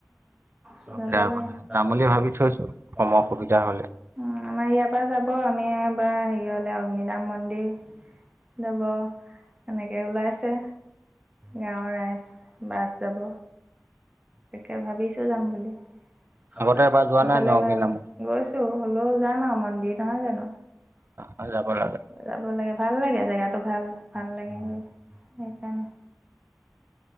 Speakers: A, on the right; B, on the right.
A: যাম
B: চব তেয়া কথা
A: বুলি ভাবিছো
B: ভাবি থৈছো
A: ক
B: সময়
A: অসুবিধা
B: সুবিধা হলে
A: আমাৰ ইয়াৰ পৰা যাব আমি এবাৰ হেৰি হলে অগ্ন নাম মন্দিৰ যাব এনেকে ওলাইছে গাঁওৰ ৰাইজ বাছ যাব। তাকে ভাবিছোঁ যাম বুলি। <unintelligible>
B: আগতে এবাৰ যোৱা নাই নগ্নি নামত
A: গৈছো হলেও যাম আও মন্দিৰ নহয় জানো
B: হয় যাব লাগে
A: যাব লাগে ভাল লাগে জেগাত টো ভাল লাগে সেইকাৰণে